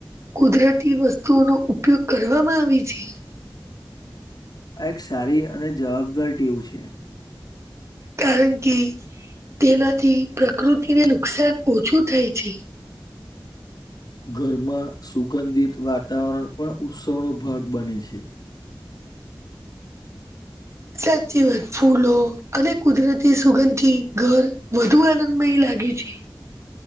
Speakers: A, on the right (about 35°); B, on the left (about 50°).
A: કુદરતી વસ્તુઓનો ઉપયોગ કરવામાં આવે છે.
B: આ એક સારી અને જવાબદાર ટીવું છે.
A: કારણ કે તેનાથી પ્રકૃતિને નુકસાન ઓછું થાય છે.
B: ઘરમાં સુગંધિત વાતાવરણ પણ ઉત્સવનો ભાગ બને છે.
A: સાચી વાત ફૂલો અને કુદરતી સુગંધથી ઘર વધુ આનંદમય લાગે છે.